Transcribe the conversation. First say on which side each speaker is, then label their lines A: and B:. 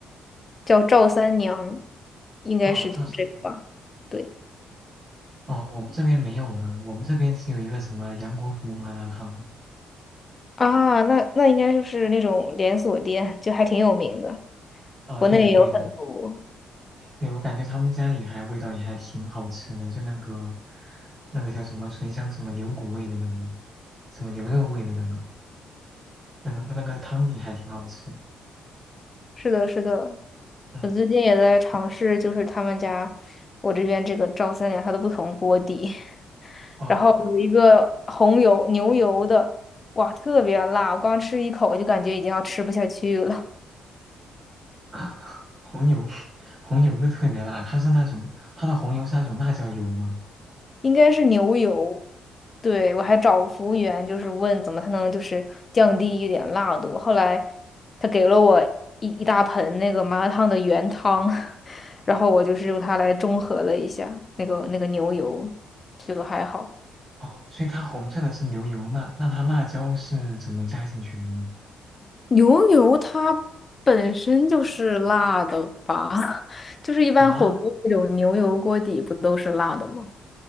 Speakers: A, on the left; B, on the right.
A: 叫赵三娘，应该是叫这个吧？
B: 哦，叫什么名？
A: 对
B: 哦，我们这边没有呢，我们这边只有一个什么杨国福麻辣烫。
A: 啊，那那应该就是那种连锁店，就还挺有名的，
B: 啊，
A: 国内有很多。
B: 对的对的，对，我感觉他们家也还味道也还挺好吃的，就那个那个叫什么醇香什么牛骨味的那个，什么牛肉味的那个，那个那个汤底还挺好吃的。
A: 是的，是的，
B: 嗯。
A: 我最近也在尝试，就是他们家我这边这个赵三娘它的不同锅底，<laughs>
B: 哦，
A: 然后有一个红油牛油的，哇，特别辣，光吃一口我就感觉已经要吃不下去了，
B: <laughs> 红油，红油的特别辣，它是那种它的红油是那种辣椒油吗？
A: 应该是牛油。对，我还找服务员，就是问怎么才能就是降低一点辣度。后来他给了我一一大盆那个麻辣烫的原汤，<laughs> 然后我就是用它来中和了一下那个那个牛油，就还好。
B: 哦，所以它红色的是牛油，那那它辣椒是怎么加进去的呢？
A: 牛油它本身就是辣的吧？<laughs> 就是一般火锅那种牛油锅底不都是辣的吗？
B: 啊